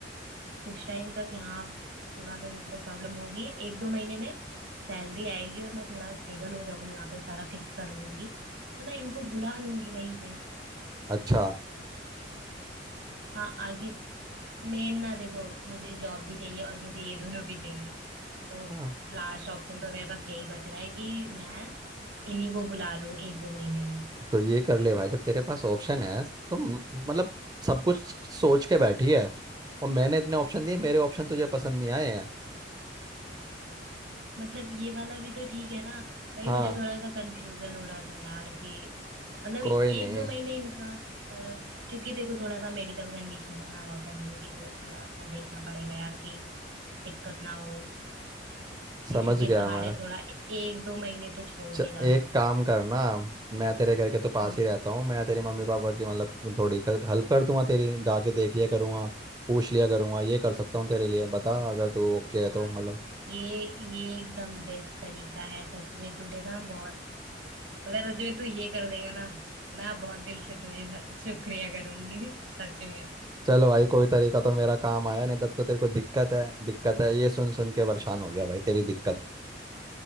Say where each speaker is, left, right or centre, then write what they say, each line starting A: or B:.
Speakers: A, on the right (about 75°); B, on the right (about 20°).
A: कुछ टाइम तक यहाँ थोड़ा सा उनको प्रॉब्लम होगी एक दो महीने में सैलरी आएगी और मैं थोड़ा स्टेबल हो जाऊंगी वहाँ पे सारा फिक्स कर लूंगी तो मैं इनको बुला लूंगी वहीं पे
B: अच्छा
A: हाँ आगे मेन ना देखो मुझे जॉब भी चाहिए और मुझे ये दोनों भी चाहिए तो
B: हाँ
A: लास्ट ऑप्शन तो मेरे पास यही बच रहा है कि मैं इन्हीं को बुला लूं एक दो महीने में
B: तो ये कर ले भाई जब तेरे पास ऑप्शन है तो म- मतलब सब कुछ सोच के बैठी है और मैंने इतने ऑप्शन दिए मेरे ऑप्शन तुझे पसंद नहीं आए हैं
A: मतलब ये वाला भी तो ठीक है ना वही
B: हाँ
A: मुझे थोड़ा सा कंफ्यूजन हो रहा था यार कि मतलब
B: कोई
A: एक
B: नहीं
A: दो महीने इनका थोड़ा क्योंकि देखो थोड़ा सा मेडिकल कंडीशन है ना पापा मम्मी की तो थोड़ा सा देखना पड़ेगा यार कि दिक्कत ना हो और किसी
B: समझ गया
A: के सहारे
B: मैं
A: थोड़ा एक दो महीने तो छोड़
B: च,
A: के जा
B: एक
A: सको
B: काम करना मैं तेरे घर के तो पास
A: हम्म
B: ही रहता हूँ मैं तेरे मम्मी पापा की मतलब थोड़ी हेल्प कर दूंगा तेरी जाके देख लिया करूंगा पूछ लिया करूंगा ये कर सकता हूँ तेरे लिए बता अगर तू ओके
A: यार
B: है तो मतलब
A: ये ये एकदम बेस्ट तरीका है सच में तूने ना बहुत अगर सच में तू ये कर देगा ना मैं बहुत दिल से तुझे शुक्रिया करूंगी सच में
B: चलो भाई कोई तरीका तो मेरा काम आया नहीं तब तो तेरे को दिक्कत है दिक्कत है ये सुन सुन के परेशान हो गया भाई तेरी दिक्कत